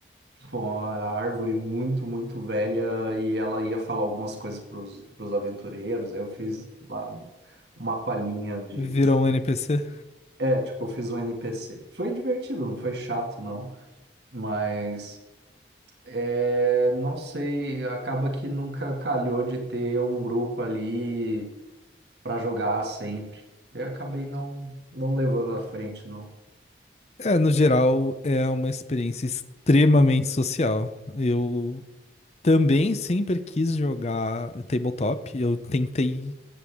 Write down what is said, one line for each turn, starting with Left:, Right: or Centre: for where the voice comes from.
Right: tipo, uma árvore muito, muito velha e ela ia falar algumas coisas para os aventureiros. Aí eu fiz lá um- uma palhinha de.
Left: Virou um NPC?
Right: É, tipo, eu fiz um NPC. Foi divertido, não foi chato, não, mas. É, não sei, acaba que nunca calhou de ter um grupo ali para jogar sempre. Eu acabei não, não levando à frente, não.
Left: É, no geral, é uma experiência extremamente social. Eu também sempre quis jogar tabletop. Eu tentei